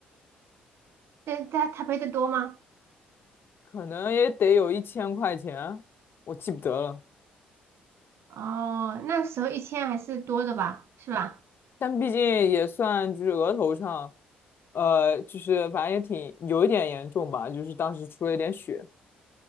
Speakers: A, on the right; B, on the left.
A: 但他他赔的多吗？
B: 可能也得有一千块钱，我记不得了。
A: 哦，那时候一千还是多的吧，是吧？
B: 但毕竟也算就是额头上，呃，就是反正也挺有一点严重吧，就是当时出了一点血，